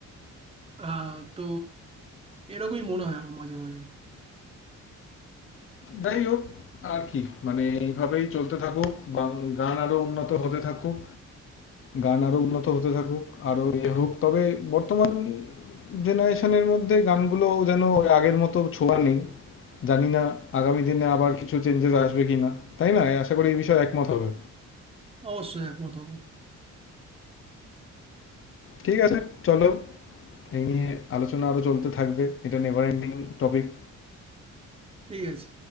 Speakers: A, on the right; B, on the left.
A: আহ তো এরকমই মনে হয় আমার মাঝে মাঝে
B: যাই হোক আর কি মানে এইভাবেই চলতে থাকুক বাং- গান আরো উন্নত হতে থাকুক গান আরো উন্নত হতে থাকুক আরো এ হোক তবে বর্তমান জেনারেশনের মধ্যে গানগুলো যেন ওই আগের মতো ছোঁয়া নেই জানি না আগামী দিনে আবার কিছু চেঞ্জেস আসবে কিনা তাই না আশা করি এই বিষয়ে একমত হবে
A: অবশ্যই একমত হবো
B: ঠিক আছে চলো এই নিয়ে আলোচনা আরো চলতে থাকবে এটা নেভার এন্ডিং টপিক
A: ঠিক আছে